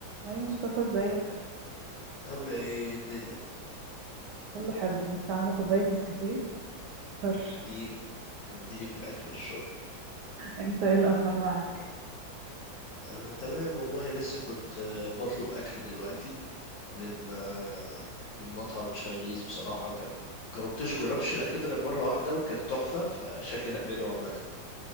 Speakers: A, on the right; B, on the left.
A: هاي مصطفى ازيك
B: عاملة ايه الدنيا
A: كله حلو لسه عامله كوبايه نسكافيه طرش
B: اديني اديني في الأكل والشرب
A: انت ايه الاخبار معاك
B: أنا تمام والله لسه كنت آه، بطلب أكل دلوقتي من آه، من مطعم تشاينيز بصراحة كان جربتش جربتش الأكل ده غير مرة واحدة وكان تحفة فشكلي هدمنه عامة